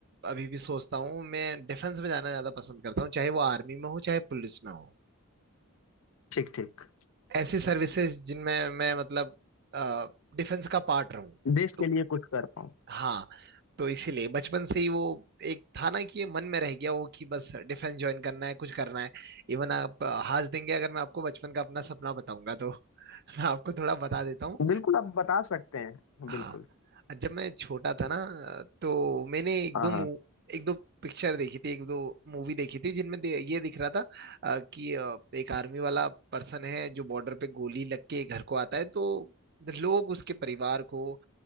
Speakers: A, on the right (about 45°); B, on the left (about 65°).
A: अभी भी सोचता हूँ मैं डिफेंस में जाना ज्यादा पसंद करता हूँ चाहे वो आर्मी में हो चाहे पुलिस में हो
B: ठीक ठीक
A: ऐसी सर्विसेज जिनमें मैं मतलब डिफेंस का पार्ट रहूं
B: देश
A: तो
B: के लिए कुछ कर पाऊँ
A: हाँ तो इसीलिए बचपन से ही वो एक था ना कि ये मन में रह गया वो कि बस डिफेंस ज्वाइन करना है कुछ करना है इवन आप अ, हंस देंगे अगर मैं आपको बचपन का अपना सपना बताऊंगा तो <laughs> मैं आपको थोड़ा बता देता हूँ
B: बिल्कुल आप बता सकते हैं
A: हाँ
B: बिल्कुल
A: जब मैं छोटा था ना तो मैंने एक
B: हाँ
A: दो मू
B: हाँ
A: एक दो पिक्चर देखी थी एक दो मूवी देखी थी जिनमें दे, ये दिख रहा था अ, कि अ, एक आर्मी वाला पर्सन है जो बॉर्डर पे गोली लग के घर को आता है तो लोग उसके परिवार को